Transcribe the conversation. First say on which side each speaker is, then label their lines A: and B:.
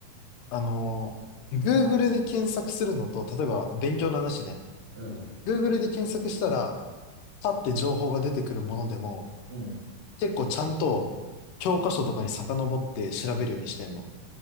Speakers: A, on the left; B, on the right.
A: あのー、Google で検索するのと、例えば勉強の話ね、
B: うん、
A: Google で検索したら、パッて情報が出てくるものでも、
B: うん。
A: 結構ちゃんと教科書とかに遡って調べるようにしてんの。